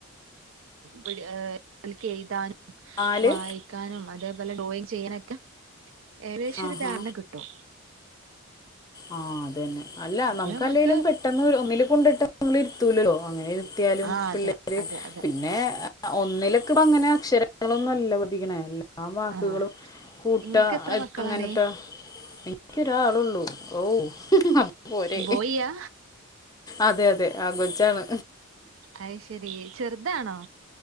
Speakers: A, on the right; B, on the left.
A: പറ്റും എഴുതാനും
B: നാല്
A: വായിക്കാനും അതേപോലെ ഡ്രോയിങ് ചെയ്യാനൊക്കെ. ഏകദേശൊരു
B: ആഹാ
A: ധാരണ കിട്ടും.
B: ആഹ് അത് തന്നെ അല്ല
A: അപ്പൊ
B: നമുക്കല്ലെലും
A: നമ്മക്ക്
B: പെട്ടെന്ന് ഒന്നില് കൊണ്ടിട്ട് നമ്മൾ ഇരുത്തൂലല്ലോ അങ്ങനെ എത്തിയാലും
A: ആഹ്
B: പിള്ളേര്
A: അതെ അതെ അതെ
B: പിന്നെ ഒന്നിലെ ഇപ്പ അങ്ങനെ അക്ഷരങ്ങളൊന്നു അല്ല പഠിപ്പിക്കണേ ആ വാക്കുകളും
A: ആഹ്
B: കൂട്ടഅയ്
A: ഇങ്ങക്ക് എത്ര മക്കളാണ്
B: അങ്ങനത്തെ എനിക്കൊരാളള്ളൂ. ഔ അത് പോരെ
A: ബോയിയാ
B: അതെ അതെ ആൺ കൊച്ചാണ്.
A: അയ് ശരി ചെർതാണോ.